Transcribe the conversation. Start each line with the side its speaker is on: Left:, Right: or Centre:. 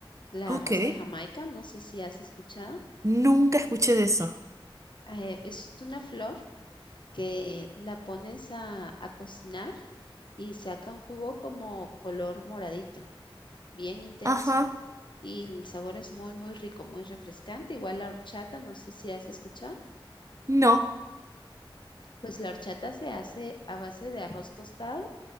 Left: la
Right: Ok.
Left: rosa de Jamaica, no sé si has escuchado.
Right: Nunca escuché
Left: Eh,
Right: de eso.
Left: eh, es una flor que la pones a, a cocinar y saca un jugo como color moradito. bien intenso.
Right: Ajá.
Left: Y el sabor es muy, muy rico, muy refrescante. Igual la horchata, no sé si has escuchado.
Right: No.
Left: Pues la horchata se hace a base de arroz tostado